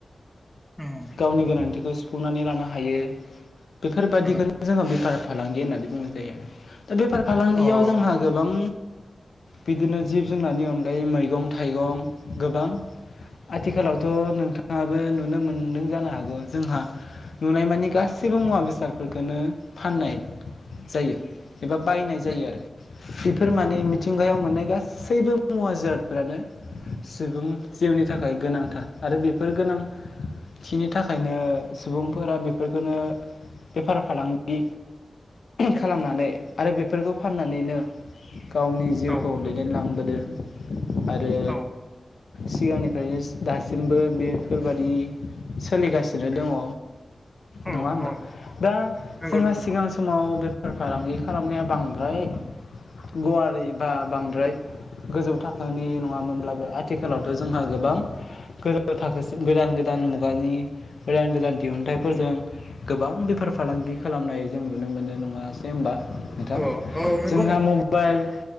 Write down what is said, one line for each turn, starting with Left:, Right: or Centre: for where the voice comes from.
Centre: उम
Left: गावनि गोनां थिखौ सुफुंनानै लानो हायो बेफोरबादिखौनो
Centre: उम
Left: जोंङो बेफार फालांगि होन्नानै बुंनाय जायो आरो दा बेफार फालांगियाव
Centre: अ औ
Left: जोंहा गोबां बिदिनो जिब जुनारनि अनगायै मैगं थाइगं गोबां आथिखालावथ' नोंथाङाबो नुनो मोनदों जानो हागौ जोंहा नुनाय मानि गासैबो मुवा बेसादफोरखौनो फान्नाय जायो एबा बायनाय जायो
Centre: औ
Left: आरो बेफोर माने मिथिंगायाव मोन्नाय गासैबो मुवा जिरादफोरानो सुबुं जिउनि थाखाय गोनांथार आरो बेफोर गोनांथिनि थाखा खायनो सुबुंफोरा बेफोरखौनो बेफार फालांगि खालामनानै आरो बेफोरखौ फान्नानैनो गावनि जिउखौ
Centre: औ
Left: दैदेनलांबोदो <inaudible> आरो
Centre: औ
Left: सिगांनिफ्रायनो दासिमबो बेफोरबादि सोलिगासिनो दङ'
Centre: औ
Left: नङा होमबा
Centre: औ
Left: दा
Centre: नंगौ
Left: जोंहा
Centre: नोंथां
Left: सिगां समाव बे फार फालांगि खालामनाया बांद्राय गुवारै बा बांद्राय गोजौ थाखोनि नङामोनब्लाबो आथिखालावथ' जोंहा गोबां गोजौ थाखोसिम गोदान गोदान मुगानि गोदान गोदान दिहुनथाइफोरजों गोबां बेफार फालांगि खालामनाय जों नुनो मोनो नङासै होनबा नोंथां
Centre: औ औ नंगौ
Left: जोंहा
Centre: नोंथां
Left: मबाइल